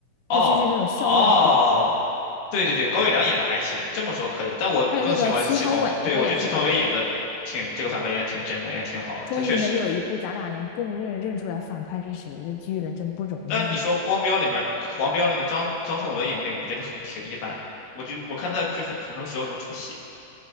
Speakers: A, on the left; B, on the left.
A: 哦哦，
B: 他就是那种笑面虎。
A: 对对对，高育良演的还行，这么说可以，但我更喜欢祁同，
B: 还有那个祁同伟，
A: 对，
B: 他也是个，
A: 我觉得祁同伟演的挺这个反派演的挺真的，演的挺好的，
B: 终于能有一部咱俩能共认认出来反派是谁的剧了，
A: 他确实。
B: 真不容易啊！
A: 但你说光标里面黄标那个张张颂文演那个，我觉得很挺一般的。我就我看他的剧很很多时候能出戏，